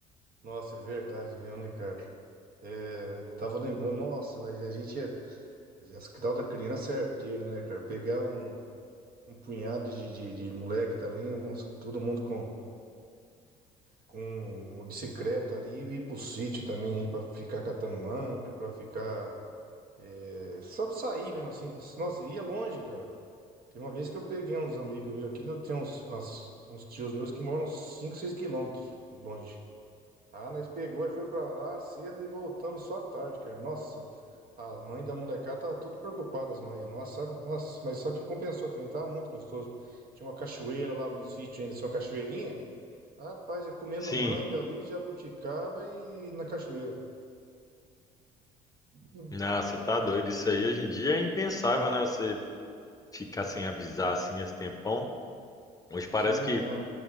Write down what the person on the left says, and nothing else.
Sim,
não, você tá doido. Isso aí hoje em dia é impensável, né? Você ficar sem avisar assim esse tempão. Hoje parece
que